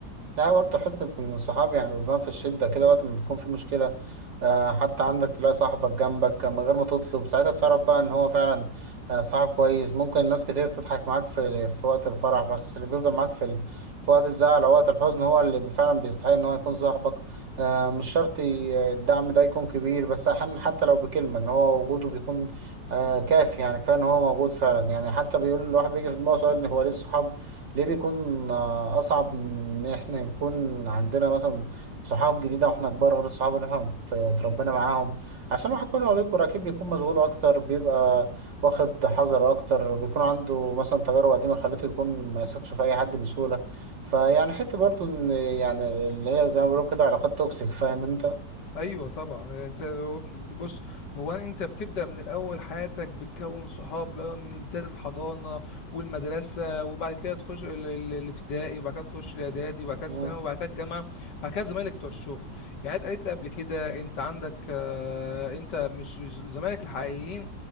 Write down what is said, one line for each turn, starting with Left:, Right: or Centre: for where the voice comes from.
Right: لا برضه حتة إن الصحاب يعني بيبان في الشدة كده وقت ما بيكون في مشكلة آه حتى عندك تلاقي صاحبك جنبك من غير ما تطلب ساعتها بتعرف بقى إن هو فعلا آه صاحب كويس ممكن ناس كتير تضحك معاك في في وقت الفرح بس اللي بيفضل معاك في ال... في وقت الزعل أو وقت الحزن هو اللي فعلا بيستحق إن هو يكون صاحبك آه مش شرط ي- الدعم ده يكون كبير بس أحيانا حتى لو بكلمة إن هو وجوده بيكون آه كافي يعني كفاية إن هو موجود فعلا يعني حتى بيقول الواحد بيجي في دماغه سؤال هو ليه الصحاب ليه بيكون آه، أصعب من إن إحنا يكون عندنا مثلا صحاب جديدة وإحنا كبار غير الصحاب اللي إحنا ات- اتربينا معاهم عشان الواحد كل ما بيكبر أكيد بيكون مشغول أكتر بيبقى واخد حذر أكتر بيكون عنده مثلا تجارب قديمة خلته يكون ما يثقش في أي حد بسهولة فيعني حتة برضه إن يعني اللي هي زي ما بيقولوا كده علاقات توكسيك فاهم أنت
Left: ايوه طبعا انت هو- بص هو انت بتبدا من الاول حياتك بتكون صحاب بقى من بدايه الحضانه والمدرسه وبعد كده تخش ال- ال- الابتدائي وبعد كده تخش الاعدادي وبعد كده الثانوي
Right: مم.
Left: وبعد كده الجامعه بعد كده زمايلك بتوع الشغل يعني انت قالت لي قبل كده انت عندك آه، انت مش مش زمايلك الحقيقيين